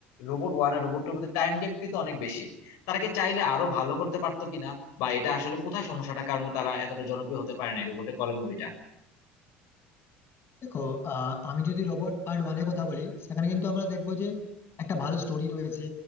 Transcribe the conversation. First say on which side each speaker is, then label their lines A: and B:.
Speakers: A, on the left (about 70°); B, on the left (about 45°).
A: রোবট ওয়ান আর রোবট টুর মধ্যে টাইম গ্যাপ কিন্তু অনেক বেশি তারা কি চাইলে আরো ভালো করতে পারতো কিনা বা এটা আসলে কোথায় সমস্যাটা কারণে তারা এতটা জনপ্রিয় হতে পারে না রোবটের পরের মুভিটা
B: দেখো আহ, আমি যদি রোবট পার্ট ওয়ানের কথা বলি সেখানে কিন্তু আমরা দেখবো যে একটা ভালো স্টোরি রয়েছে